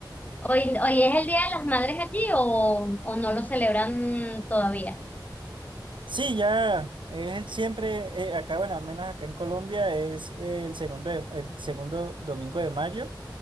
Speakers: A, on the left; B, on the right.
A: hoy, hoy es el Día de las Madres allí o, o no lo celebran todavía.
B: Sí, ya, eh, siempre, eh, acá, bueno, al menos acá en Colombia es el segundo, de- el segundo domingo de mayo.